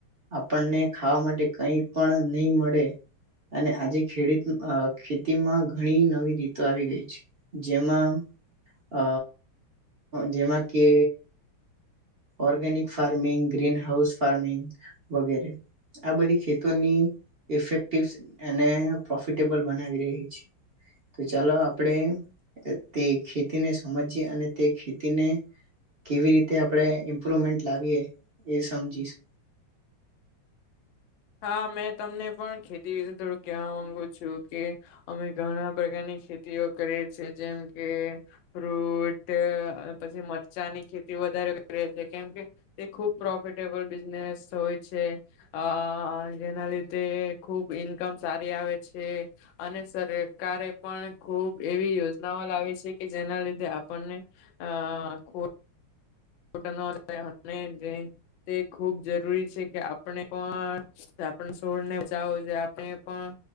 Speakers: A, on the right; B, on the left.
A: આપણને ખાવા માટે કઈ પણ નહી મળે અને આજે ખેડૂત ખેતીમાં ઘણી નવી રીતો આવી ગઈ છે જેમાં અ જેમાં કે. Organic farming. Green house farming વગેરે આ બધી ખેતોની ઇફેક્ટિવ અને પ્રોફિટેબલ બનાવી રહી છે તો ચાલો આપણેે તે ખેતીને સમજીય અને તે ખેતીને કેવી રીતે આપણે. ઇમ્પ્રુવમેન્ટ લાવીએ એ સમજીશ.
B: હા મેં તમને પણ ખેતી વિશે થોડું કહેવા માંગુ છું કે અમે ઘણા પ્રકારની ખેતીઓ કરીએ છેી જેમ કે ફ્રૂટ પછી મરચાંની ખેતી વધારે કરીએ છી કેમ કે તે ખુબ પ્રોફિટેબલ બિઝનેસ હોય છેઅ અ જેના લીધે ખુબ ઇન્કમ સારી આવે છે અને સરકારે પણ ખૂબ એવી યોજનાઓ લાવી છે કે જેના લીધે આપણને અ ખુબ. <unintelligible> તે ખૂબ જરૂરી છે કે આપણે પણ આપણે સોળને બચાવ આપણે પણ